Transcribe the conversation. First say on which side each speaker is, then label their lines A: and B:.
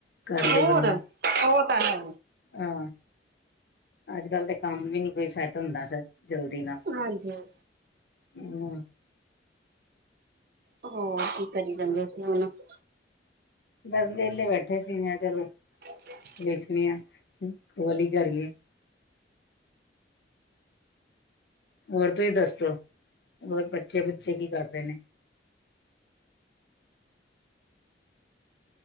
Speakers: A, on the left; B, on the right.
A: ਕਰ
B: ਹੋਰ
A: ਲੇ ਬੰਦਾ
B: ਉਹ ਤਾਂ ਹੈ।
A: ਆ। ਅੱਜ ਕੱਲ ਤੇ ਕੰਮ ਵੀ ਨੀ ਕੋਈ ਸੈੱਟ ਹੁੰਦਾ ਸ ਜਲਦੀ ਨਾਲ।
B: ਹਾਂਜੀ -ਹਾਂ।
A: ਨਾ।
B: ਹੋਰ ਕੀ ਕਰੀ ਜਾਂਦੇ ਓ <unintelligible>
A: ਬਸ ਵੇਲੇ ਬੈਠੇ ਸੀ ਮੈ ਚਲੋ।
B: <unintelligible> <inaudible>
A: ਵੇਖਨੇ ਆ ਓ ਲੀ ਕਰੀਏ। ਹੋਰ ਤੁਹੀ ਦੱਸੋ ਹੋਰ ਬੱਚੇ -ਬੁੱਚੇ ਕੀ ਕਰ ਰੇ ਨੇ?